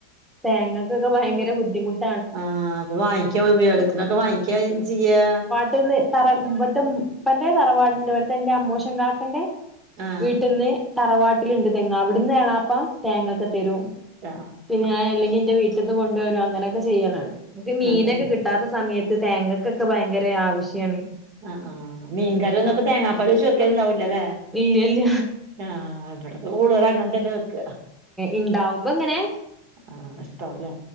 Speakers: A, in the centre; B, on the right.
A: തേങ്ങക്കക്കെ ഭയങ്കര ബുദ്ധിമുട്ട്.
B: ആഹ് അപ്പൊ വാങ്ങിക്ക്യ ഉപയോഗത്തിനൊക്കെ വാങ്ങിക്ക്യാ ചെയ്യാ.
A: ട്ട്ന്ന് തറ ഇവ്ട്ത്തെ ഉപ്പന്റെ തറവാട്ണ്ട് ഇവട്ത്തെന്റെ അമ്മോശൻ കാക്കന്റെ.
B: ആഹ്
A: വീട്ട്ന്ന് തറവാട്ടില്ണ്ട് തെങ്ങ് അവിട്ന്ന് എളാപ്പ തേങ്ങൊക്കെ തരും.
B: താഹ്.
A: പിന്ന ഞാ അല്ലെങ്കിൽ ഇന്റെ വീട്ട്ന്ന് കൊണ്ടുവരോ അങ്ങനൊക്കെ ചെയ്യലാണ് ഇൻക്ക് മീനൊക്കെ
B: അതാണ്
A: കി ട്ടാത്ത സമയത്ത് തേങ്ങക്കൊക്കെ ബൈങ്കര ആവശ്യാണ്.
B: ആഹ് ആഹ് മീൻ
A: ഉം
B: കറി ഒന്നുംപ്പ തേങ്ങാപ്പാലൊയിച്ച് വെക്കലുണ്ടാവൂലല്ലേ.
A: ഇല്ലല്ല
B: ആഹ് ഇവ്ടെ കൂടുതലും അങ്ങൻതന്നെ വെക്ക.
A: ഇണ്ടാവുമ്പൊങ്ങനെക്കെ
B: ആഹ് ഇഷ്ട്ടാവുലെ.